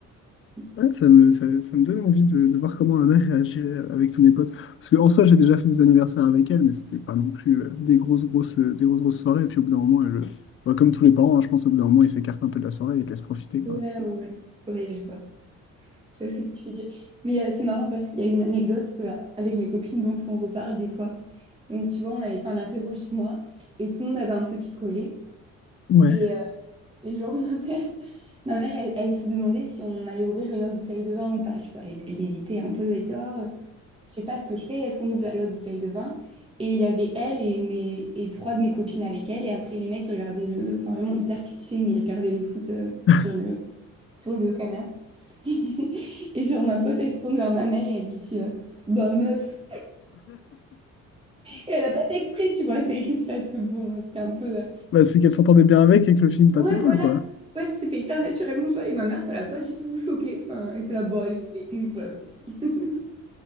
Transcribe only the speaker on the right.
Ouais,
ouais, ouais. Ouais, je vois. Je vois ce que tu veux dire. Mais euh, c'est marrant parce qu'il y a une anecdote euh, avec mes copines dont on reparle des fois. Donc, tu vois, on avait fait un apéro chez moi et tout le monde avait un peu picolé.
Et, euh, et genre, <laughs> ma mère, Ma mère, elle, elle se demandait si on allait ouvrir une autre bouteille de vin ou pas. Tu vois, elle, elle hésitait un peu, elle disait, oh, je sais pas ce que je fais, est-ce qu'on ouvre la- l'autre bouteille de vin? Et il y avait elle et, mes, et trois de mes copines avec elle. Et après, les mecs, ils regardaient le... Enfin, vraiment hyper cliché, mais ils regardaient le foot euh,
sur le, sur le canapé. <laughs> Et genre, ma pote, elle se tourne vers ma mère et elle lui dit, euh, bah meuf. Et elle a pas fait exprès, tu vois, c'est juste parce que, bon, c'était un peu... euh,
Ouais,
voilà.
Ouais, c'est fait hyper naturellement, tu vois. Et ma mère, ça l'a pas du tout choquée. Enfin, elle était là, bon, allez, allez, une pour la bouteille. <laughs>